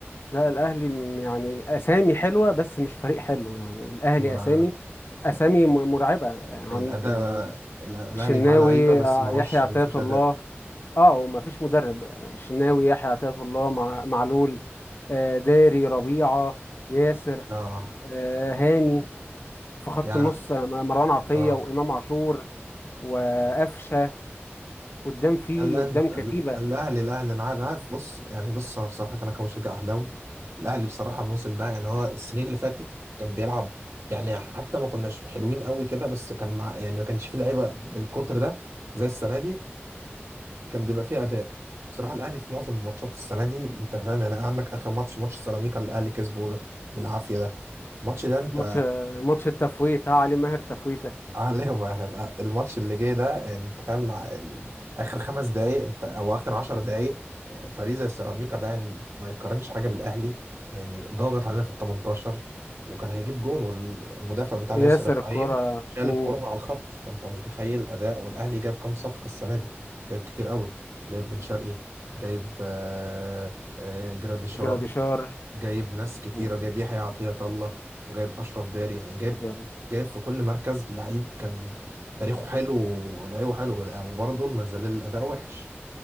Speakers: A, on the left; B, on the right.
A: لا الاهلي م- يعني اسامي حلوه بس مش فريق حلو يعني الاهلي
B: ما
A: اسامي اسامي م- مرعبه عن
B: الاداء
A: يعني
B: ال- الاهلي
A: الشناوي
B: معاه لعيبه بس
A: آه،
B: معهوش
A: يحيى عطية
B: ما فيش
A: الله
B: اداء
A: اه وما فيش مدرب الشناوي يحيى عطية الله مع معلول آه، داري ربيعه ياسر
B: لا
A: آه، هاني في خط
B: يعني
A: النص آه، مروان عطيه
B: اه
A: وامام عاشور وقفشه قدام في
B: الأنت
A: قدام كتيبه
B: الأهلي الأهلي أنا عارف أنا عارف. بص يعني بص أنا بصراحة أنا كمشجع أهلاوي الأهلي بصراحة الموسم ده يعني هو السنين اللي فاتت كان بيلعب يعني حتى ما كناش حلوين قوي كده بس كان مع يعني ما كانش فيه لعيبة بالقطر ده زي السنة دي كان بيبقى فيه أداء بصراحة الأهلي في معظم ماتشات السنة دي أنت فاهم يعني عندك آخر ماتش ماتش سيراميكا اللي الأهلي كسبه ده بالعافية ده الماتش ده أنت
A: ماتش ماتش التفويت ها علي ماهر تفويته
B: عليهم اخر الماتش اللي جاي ده يعني انت فاهم مع ال... اخر خمس دقايق انت او اخر عشر دقايق آه، فريق زي سيراميكا ده يعني ما يقارنش حاجه بالاهلي يعني ضاغط علينا في ال 18 وكان هيجيب جون والمدافع بتاعنا
A: ياسر
B: ياسر ابراهيم
A: الكرة
B: شال
A: مم.
B: الكرة من على الخط فانت متخيل الاداء والاهلي جاب كام صفقه السنه دي جايب كتير قوي جايب بن شرقي جايب آه، آه، جراديشار
A: جراديشار
B: جايب ناس كتيرة
A: مم.
B: جايب يحيى عطية الله وجايب أشرف داري يعني جايب
A: وداري
B: جايب في كل مركز لعيب كان تاريخه حلو ولعيبه حلو ولا- وبرضه ما زال الأداء وحش